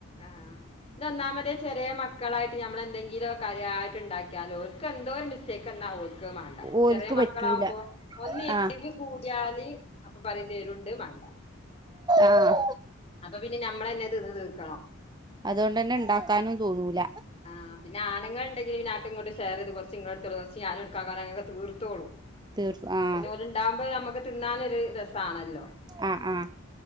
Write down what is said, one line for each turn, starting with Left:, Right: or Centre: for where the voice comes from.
Left: ആഹ്, ഇത് ഒന്നാമതേ ചെ ഒരേ മക്കളായിട്ട് നമ്മളെ എന്തെങ്കിലും കാര്യമായിട്ട്ണ്ടാക്കിയാലോൽക്ക് എന്തോര് മിസ്റ്റേക്കണ്ടാവും. ക്ക് മാണ്ട,
Right: ഓൽക്ക്
Left: ചെറിയ
Right: പറ്റൂല
Left: മക്കളാവുമ്പോ ഒന്ന്
Right: ആഹ്
Left: എരു കൂടിയാല് അപ്പൊ പറയും ഇതേരുണ്ട് മാണ്ട.
Right: ആഹ്
Left: അപ്പൊ പിന്നെ നമ്മളന്നെ തിന്ന് തീർക്കണോം.
Right: അത്കൊണ്ടന്നെ ഇണ്ടാക്കാനും തോന്നൂല.
Left: ആഹ് പിന്നെ ആണുങ്ങൾ ണ്ടെങ്കിൽ അങ്ങട്ടും ഇങ്ങോട്ട് ഷേറീത് കൊർച്ച്‌ ഇങ്ങളെടുത്തോളൂ കൊർച്ച് ഞാനും എടുക്കാ കൊറേ അങ്ങട് തീർത്തോളും.
Right: തീർ ആഹ്
Left: പിന്നെ ഓല് ഇണ്ടാവുമ്പോ നമ്മുക്ക് തിന്നാനൊരു രസാണല്ലോ?
Right: ആഹ് ആഹ്